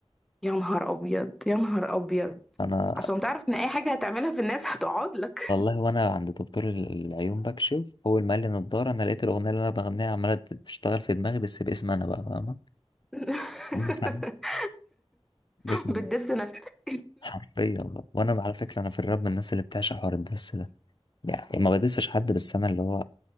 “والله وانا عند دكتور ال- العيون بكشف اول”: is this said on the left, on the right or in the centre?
Left